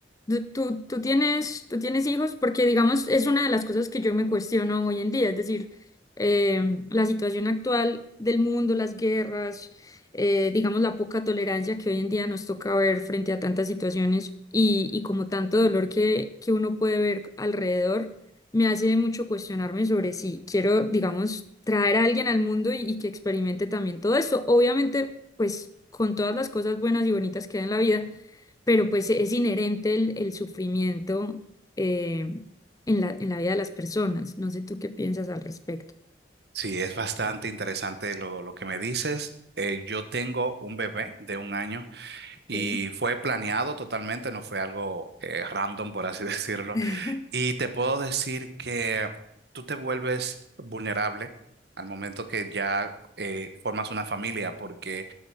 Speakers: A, on the left; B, on the right.
A: Tú, tú, tú tienes, tú tienes hijos porque, digamos, es una de las cosas que yo me cuestiono hoy en día, es decir, eh, la situación actual del mundo, las guerras, eh, digamos, la poca tolerancia que hoy en día nos toca ver frente a tantas situaciones y, y como tanto dolor que, que uno puede ver alrededor, me hace mucho cuestionarme sobre si quiero, digamos, traer a alguien al mundo y, y que experimente también todo esto. Obviamente, pues, con todas las cosas buenas y bonitas que hay en la vida pero pues e-, es inherente el, el sufrimiento eh, en la, en la vida de las personas. No sé tú qué piensas al respecto.
B: Sí, es bastante interesante lo, lo que me dices. Eh, yo tengo un bebé de un año.
A: Ok.
B: Y fue planeado totalmente, no fue algo eh, random, por así <laughs> decirlo.
A: <laughs>
B: Y te puedo decir que tú te vuelves vulnerable al momento que ya eh, formas una familia, porque